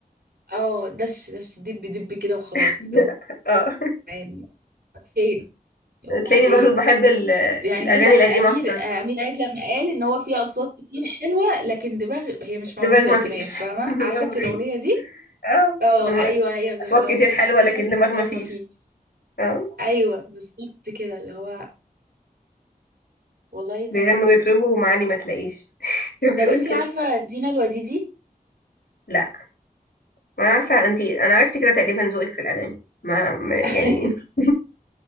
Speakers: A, on the right (about 85°); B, on the left (about 85°).
A: اه دش دش دب دب كده وخلاص
B: <laughs> اه
A: يعني فين
B: تلاقيني
A: وبعدين
B: برضو بحب ال-
A: يعني
B: الاغاني
A: صدق
B: القديمه
A: امير
B: اكتر
A: امير عيد لما قال ان هو فيه اصوات كتير حلوه لكن دماغ هي مش موجوده
B: دماغ ما
A: الدماغ
B: فيش
A: فاهمه
B: <laughs> دماغ
A: عارفه
B: ما
A: انت
B: فيش
A: الاغنيه دي
B: اه
A: اه
B: دماغ
A: ايوه هي زي-
B: اصوات
A: اللي
B: كتير
A: هو فيه اصوات
B: حلوه
A: كتير
B: لكن
A: حلوه
B: دماغ
A: لكن
B: ما
A: دماغ
B: فيش
A: ما فيش
B: اه
A: ايوه بالظبط كده اللي هو والله صدق
B: بيغنوا ويطربوا ومعاني ما تلاقيش <laughs> كان
A: طب
B: بيقول
A: انت
B: كده
A: عارفه دينا الوديدي
B: لا ما أنا عارفه انت انا عرفت كده تقريبا ذوقك في الاغاني ما ما- يعني
A: <laughs>
B: <laughs>